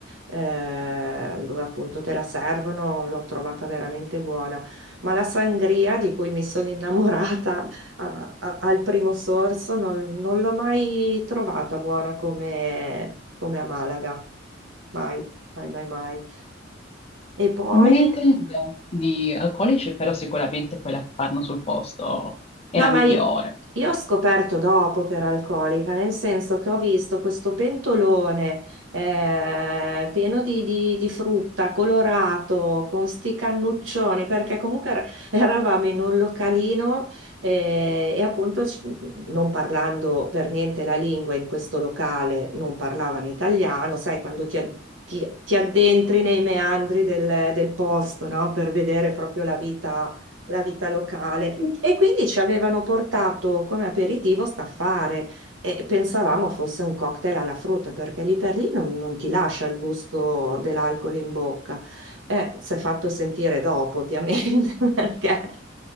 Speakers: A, on the right (about 70°); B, on the left (about 30°).
A: eh, dove appunto te la servono, l'ho trovata veramente buona. Ma la sangria di cui mi sono innamorata <laughs> a- a- al primo sorso non, non l'ho mai trovata buona come, come a Malaga. Mai, mai, mai, mai. E poi,
B: Non me ne intendo di alcolici, però sicuramente quella che fanno sul posto è
A: no,
B: la
A: ma
B: migliore.
A: i- io ho scoperto dopo che era alcolica, nel senso che ho visto questo pentolone eh, pieno di, di- di frutta, colorato, con sti cannuccioni, perché comunque era- eravamo in un localino eh, e appunto c- non parlando per niente la lingua in questo locale, non parlavano italiano, sai, quando ti, a- ti- ti addentri nei meandri del, del posto, no? Per vedere proprio la vita la vita locale. E quindi ci avevano portato come aperitivo staffare e pensavamo fosse un cocktail alla frutta, perché lì per lì non, non ti lascia il gusto dell'alcol in bocca. Eh, si è fatto sentire dopo, ovviamente, <laughs> perché